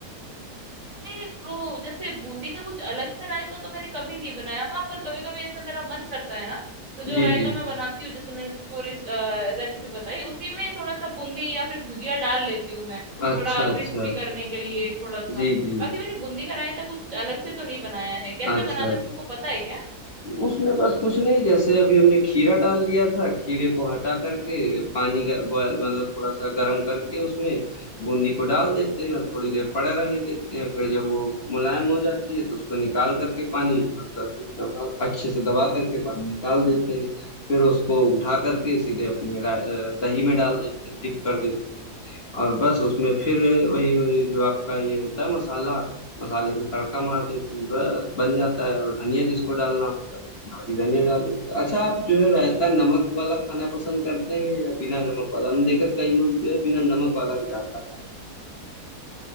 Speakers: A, on the right; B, on the left.
A: ये तो जैसे बूंदी का कुछ अलग से रायता तो मैंने कभी नहीं बनाया। हाँ, पर कभी-कभी ऐसा मेरा मन करता है ना, तो जो
B: जी
A: रायता
B: जी
A: मैं बनाती हूँ जैसे मैंने तुमको रेस अ, रेसिपी बताई उसी में थोड़ा-सा बूंदी या फिर भुजिया डाल लेती हूँ मैं,
B: अच्छा
A: थोड़ा
B: अच्छा
A: क्रिस्पी करने के लिए थोड़ा-सा।
B: जी जी
A: बाकी मैंने बूंदी का रायता कुछ अलग से तो नहीं बनाया है। कैसे
B: अच्छा
A: बनाते हैं तुमको पता है क्या?
B: उसमें बस कुछ नहीं जैसे अभी हमने खीरा डाल लिया था खीरे को हटा करके पानी का बॉयल- मतलब थोड़ा सा गर्म करके उसमें बूंदी को डाल देते हैं थोड़ी देर पड़ा रहने देते हैं फिर जब वो मुलायम हो जाती है तो उसको निकाल करके पानी मतलब एकदम अच्छे से दबा करके पानी निकाल देते हैं फिर उसको उठा करके सीधे अपने रा- अ, दही में डाल देते हैं डिप कर देते हैं और बस उसमें फिर वही, वही जो आपका ये होता है मसाला मसाले का तड़का मार देते हैं बस बन जाता है और धनिया जिसको डालना होता है वो हरी धनिया डाल देते हैं अच्छा आप जो है रायता नमक वाला खाना पसंद करते हैं या बिना नमक वाला हमने देखा कई लोग जो है बिना नमक वाला भी रायता खाते